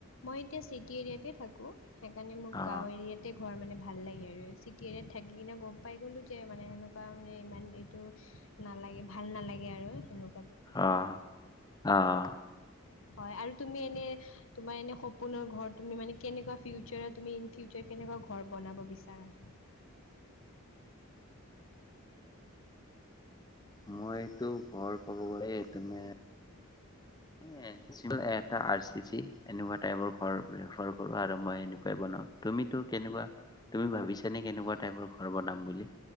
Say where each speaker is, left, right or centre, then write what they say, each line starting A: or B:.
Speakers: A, on the left; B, on the left.
A: মই এতিয়া চিটি এৰিয়াতে থাকোঁ। সেইকাৰণে মোক
B: অ',
A: গাঁও এৰিয়াতে ঘৰ মানে ভাল লাগে আৰু চিটি এৰিয়াত থাকি কিনে গম পাই গ'লোঁ যে, মানে সেনেকুৱা মানে ইমান এইটো নালাগে, ভাল নালাগে আৰু সেনেক
B: অহ, অহ।
A: হয়, আৰু তুমি এনে তোমাৰ এনে সপোনৰ ঘৰ, তুমি মানে কেনেকুৱা ফিউচাৰত, তুমি ইন ফিউচাৰ কেনেকুৱা ঘৰ বনাব বিচাৰা?
B: মইতো ঘৰ ক'ব গ'লে, এ তুমি এ এনচ, এটা আৰ চি চি, এনেকুৱা টাইপৰ ঘৰ বোৰে ফৰ কৰা আৰু মই এনেকুৱাৱে বনাম। তুমিটো কেনেকুৱা, তুমি ভাবিছানে কেনেকুৱা টাইপৰ ঘৰ বনাম বুলি?